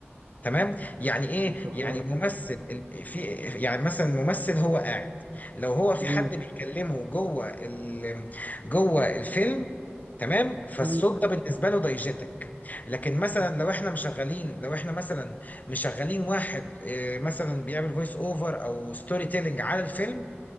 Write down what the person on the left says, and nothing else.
تمام يعني ايه
يعني ممثل ال- في يعني مثلا ممثل هو قاعد لو هو في
حد بيكلمه جوه ال... جوه الفيلم تمام فالصوت
ده بالنسبه له دايجيتك لكن مثلا لو احنا مشغلين لو احنا مثلا مشغلين واحد آه، مثلا بيعمل فويس اوفر او ستوري تيلينج على الفيلم